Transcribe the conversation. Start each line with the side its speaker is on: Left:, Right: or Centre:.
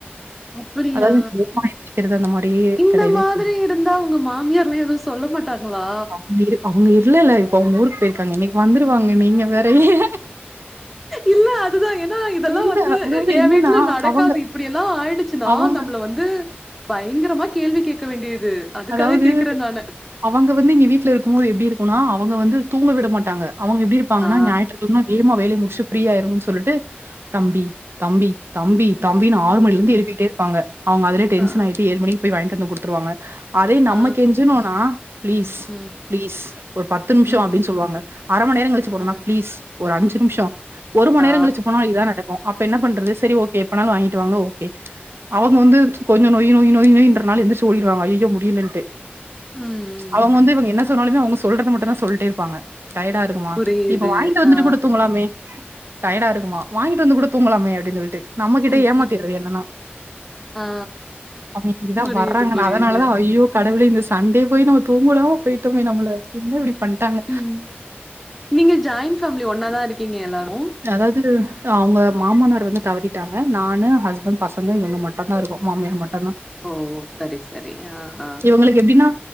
Centre: அப்படியா?
Right: அதாவது வேகமா எந்திரிக்கிறது அந்த மாரியே
Centre: இந்த
Right: கெடையவே
Centre: மாதிரி
Right: கெடையாது
Centre: இருந்தா உங்க மாமியார்ல்லா எதுவு சொல்ல மாட் டாங்ளா
Right: அவங்க இரு அவங்க இல்லல இப்ப அவங்க ஊருக்கு போயிருக்காங்க இன்னைக்கு வந்துருவாங்க நீங்க வேற ஏ
Centre: இல்ல அதுதா ஏன்னா இதெல்லா
Right: இல்ல
Centre: வந்து
Right: அதாவது
Centre: என்
Right: என்னன்னா
Centre: வீட்ல நடக்காது
Right: அவங்க
Centre: இப்டி எல்லா ஆய்டு ச்சுனா
Right: அவங்க
Centre: நம்மள வந்து பயங்கரமா கேள்வி கேக்க வேண்டியது அதுக்காக
Right: அதாவது
Centre: கேட்கிறேன் நானு.
Right: அவங்க வந்து இங்க வீட்ல இருக்கு போது எப்டி இருக்குனா அவங்க வந்து தூங்க விட மாட்டாங்க அவங்க எப்டி இருப்பாங்கனா
Centre: ஆ.
Right: ஞாயிற்றுக்கிழம இருமா வேலைய முடிச்சுட்டு ஃப்ரீயா ஆய்ருவோ சொல்லிட்டு தம்பி தம்பி தம்பி தம்பின் ஆறு மணில இருந்து எழுப்பிட்டே இருப்பாங்க அவங்க அதுலயே டென்ஷன்
Centre: ஆ,
Right: ஆய்ட்டு ஏழு மணிக்கு போய் வாங்கிட்டு வ்ந்து குடுத்துருாங்க அதே
Centre: ஆ,
Right: நம்ம கெஞ்சுனோனா பிளீஸ்
Centre: ம்,
Right: பிளீஸ் ஒரு பத்து நிமிஷ
Centre: ம்,
Right: அப்டின் சொல்லுவாங்க அர மணி நேர கழிச்சி போனோனா
Centre: ஆ,
Right: பிளீஸ் ஒரு அஞ்சு நிமிஷ ஒருமணி
Centre: ஆ,
Right: நேர கழிச்சு போனா இதா நடக் அப்ப என்ன பண்றது செரி ஓகே எப்பானலும் வாங்கிட்டு வாங்க ஓகே அவங்க வந்து கொஞ்ச நொய்யி நொய்யி நொய்யி நொய்யின்றனால எந்திருச்சு ஓடிடுவாங்க அய்யய்யோ மு முடிலன்ட்டு
Centre: ம்.
Right: அவுங்க வந்து இவங்க என்னா சொன்னாலுமே அவங்க சொல்றத மட்டும் தான் சொல்ட்டே இருப்பாங்க டயர்டா இருக்குமா
Centre: புரியுது.
Right: இப்ப வாங்கிட்டு வந்துட்டுகுடுதுங்களாமே
Centre: ஆ,
Right: டயர்டா இருக்குமா வாங்கிட்டு வந்து கூட தூங்கலாமே அப்டின்னு சொல்லிட்டு நம்மகிட்ட
Centre: ம்,
Right: ஏமாத்திறது
Centre: ம்,
Right: என்னன்னா
Centre: ஆ.
Right: அவங்க இங்கதான்
Centre: புரியுது,
Right: வர்றாங்க
Centre: புரியுது.
Right: அதனாலதான் ஐயோ கடவுளே இந்த சண்டே போய் நம்ம தூங்கவுடாம போயிட்டோமே நம்மள என்ன இப்டி பண்ட்டாங்க
Centre: ம். நீங்க ஜாயின்ண்ட் ஃபேமிலி ஒன்னாதான் இருக்கீங்க எல்லாரும்
Right: அதாவது அவங்க மாமன்னார் வந்து தவறிட்டாங்க நானு ஹஸ்பண்ட் பசங்க இவங்க மட்டும் மட்டம்தான் இருக்கும் மாமியார் மட்டம்தான்
Centre: ஓ! சரி, சரி. ஆ, ஆ.
Right: இவங்களுக்கு எப்டின்னா